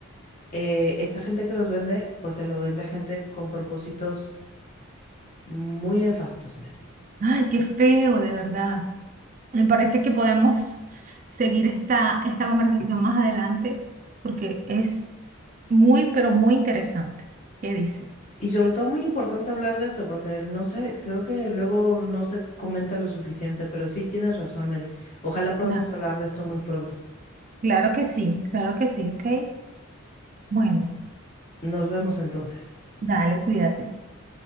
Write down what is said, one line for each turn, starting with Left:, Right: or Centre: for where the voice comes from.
Left: eh, esta gente que los vende, pues se los vende a gente con propósitos muy nefastos, Mary.
Right: Ay, qué feo, de verdad. Me parece que podemos seguir esta, esta conversación más adelante porque es muy, pero muy interesante. ¿Qué dices?
Left: Y sobre todo muy importante hablar de esto, porque no sé, creo que luego no se comenta lo suficiente, pero sí tienes razón, Mary. Ojalá podamos
Right: Claro.
Left: hablar de esto muy pronto.
Right: Claro que sí, claro que sí, ¿ok? Bueno,
Left: Nos vemos entonces.
Right: dale, cuídate.